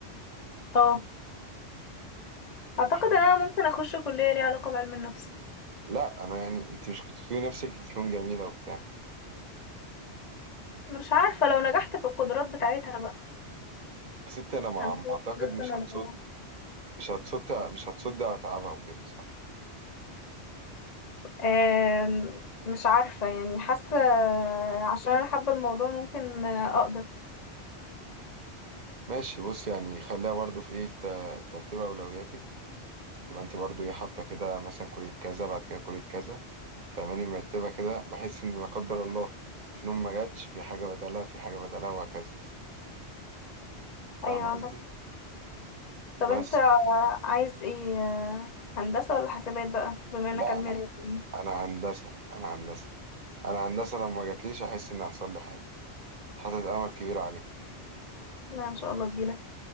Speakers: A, on the left (about 40°); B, on the right (about 45°).
A: اه اعتقد
B: حلو.
A: ان انا ممكن اخش كليه ليها علاقه بعلم النفس
B: لا انا يعني انت مش كنت بتقولي نفسك في فنون جميله وبتاع
A: مش عارفه لو نجحت في القدرات بتاعتها بقى
B: بس انت انا مع-
A: هنكون
B: ما اعتقد
A: لسه
B: مش
A: مدعوة.
B: هتصد مش هتصد مش هتصد على تعبها وكده صح؟
A: آم، مش عارفه يعني حاسه عشان انا حابه الموضوع ممكن آه، اقدر
B: ماشي بص يعني خليها برضو في ايه في ت- ترتيب اولوياتك تبقى انت برضو ايه حاطه كده مثلا كليه كذا بعد كده كليه كذا فاهماني مرتبه كده بحيث ان لا قدر الله فنون ما جاتش في حاجه بدلها في حاجه بدلها وهكذا فاهم
A: ايوه عندك
B: قصدي؟
A: طب
B: بس
A: انت عايز ايه هندسة ولا حسابات بقى بما
B: لا
A: انك علمي
B: انا
A: رياضي
B: انا هندسه انا هندسه انا هندسه لما جاتليش احس ان حصل لي حاجه حاطط امل كبير عليها
A: لا ان شاء الله تجيلك